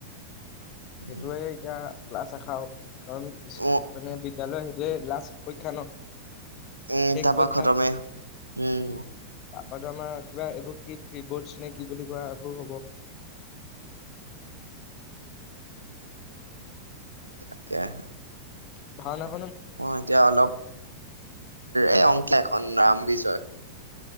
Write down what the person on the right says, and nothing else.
উম
উ
উম
তাৰপা
খতমে উম
তাকেহে।
অঁ এতিয়া অলপ এই অংকীয়া এখন ৰামবিজয়।